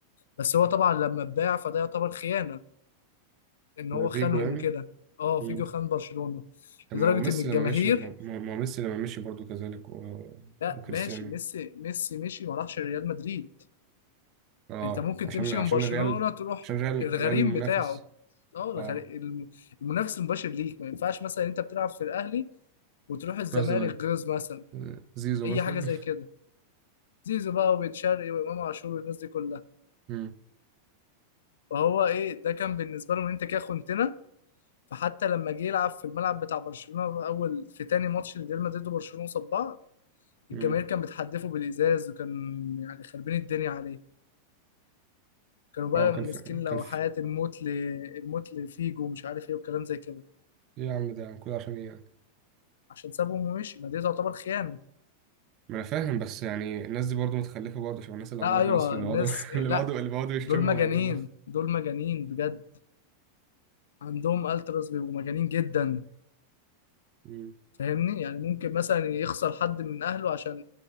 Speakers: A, on the left; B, on the right.
A: بس هو طبعا لما اتباع فده يعتبر خيانه ان هو خانهم
B: فيجو يعني
A: وكده اه
B: امم
A: فيجو خان برشلونه
B: طب
A: لدرجه
B: ما هو ميسي
A: ان الجماهير
B: لما مشي ما ما- ما هو ميسي لما مشي برضو كذلك و...
A: لا
B: وكريستيانو
A: ماشي ميسي ميسي مشي ما راحش ريال مدريد
B: اه
A: انت ممكن
B: عشان
A: تمشي
B: عشان
A: من برشلونة
B: الريال
A: تروح
B: عشان ريال
A: الغريم
B: ريال المنافس
A: بتاعه اه الغري...
B: اه
A: الم- المنافس المباشر ليك ما ينفعش مثلا انت بتلعب في الاهلي وتروح الزمالك
B: راح الزمالك
A: جوز مثلا
B: آه، زيزو
A: اي
B: مثلا
A: حاجه زي كده زيزو بقى وبن شرقي وامام عاشور والناس دي كلها
B: امم
A: فهو ايه ده كان بالنسبه له ان انت كده خنتنا فحتى لما جه يلعب في الملعب بتاع برشلونه في اول في تاني ماتش لريال مدريد وبرشلونه قصاد بعض الجماهير
B: امم
A: كان بتحدفه بالازاز وكان يعني خربين الدنيا عليه كانوا بقى
B: اه كان
A: ماسكين
B: في
A: لو
B: كان في
A: حياة الموت ل... الموت لفيجو ومش عارف ايه وكلام زي كده
B: ايه يا عم ده كل عشان ايه يعني
A: عشان سابهم ومشي ما دي تعتبر خيانة
B: ما انا فاهم بس يعني الناس دي برضو متخلفه برضو شبه الناس اللي
A: لا
B: عندنا
A: ايوه
B: في مصر اللي
A: الناس
B: بيقعدوا <laughs> اللي
A: لا
B: بيقعدوا اللي بيقعدوا يشتموا
A: دول مجانين
B: ويعملوا
A: دول مجانين بجد عندهم التراس بيبقوا مجانين جدا
B: امم
A: فاهمني يعني ممكن مثلا يخسر حد من اهله عشان